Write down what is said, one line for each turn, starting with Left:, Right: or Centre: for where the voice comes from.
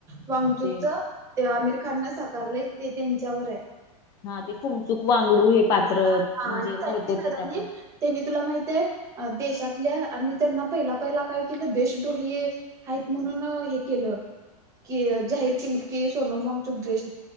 Right: वाांगचूकच
Left: ते
Right: ते आमिर खान न साकारलंय ते त्यांच्यावर हाय.
Left: हा ते फुमचुक वांगडू हे पात्र
Right: हां, हां.
Left: म्हणजे
Right: आणि ते चायनीज
Left: होतते
Right: सरांनी
Left: त्याच्याप
Right: त्यांनी तुला माहितय देशातल्या आणि त्यांना पहिला पहिला काय केलं देशद्रोही हाईत म्हणून हे केलं. की जाहीर केलीत की सोनम वांगच्छुक द्रेश